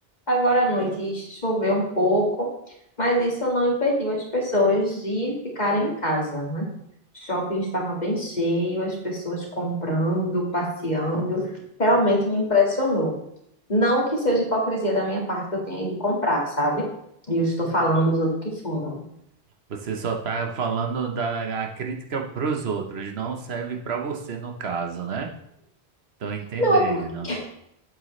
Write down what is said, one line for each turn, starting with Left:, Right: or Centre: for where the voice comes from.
Left: agora à noite choveu um pouco, mas isso não impediu as pessoas de ficarem em casa, né? O shopping estava bem cheio, as pessoas comprando, passeando. Realmente me impressionou. Não que seja hipocrisia da minha parte que eu tenha ido comprar, sabe? E eu estou falando dos outros que foram.
Right: Você só tá falando da a crítica pros outros, não serve pra você no caso, né? Tô entendendo.
Left: Não, é porque,